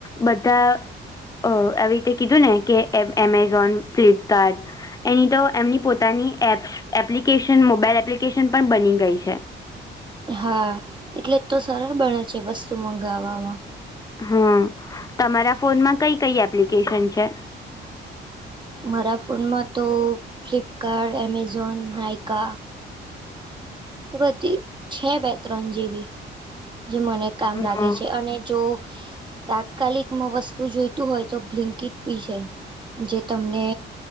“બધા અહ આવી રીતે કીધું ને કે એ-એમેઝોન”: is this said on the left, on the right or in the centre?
Left